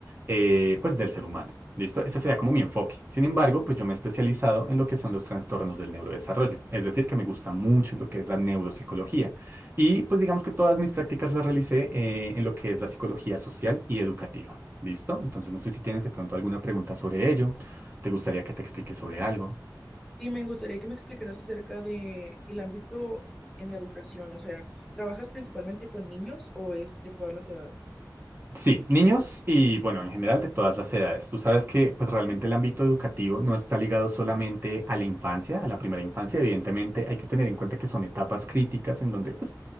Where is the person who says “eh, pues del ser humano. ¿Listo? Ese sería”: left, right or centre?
Right